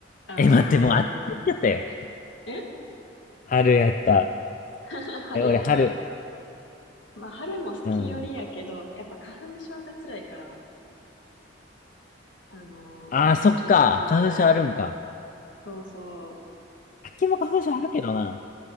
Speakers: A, on the left; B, on the left.
A: あ
B: え、待って、もうあっち行っちゃったよ。
A: ー。え
B: 春やった。
A: <laughs> 春やった。
B: え、俺、春。
A: まあ、春も好きよりやけど、
B: うん。
A: やっぱ花粉症が辛いから、あのー秋の方が、
B: ああ、そっか。花粉症あるんか。
A: そうそう
B: 秋も花粉症あるけどな。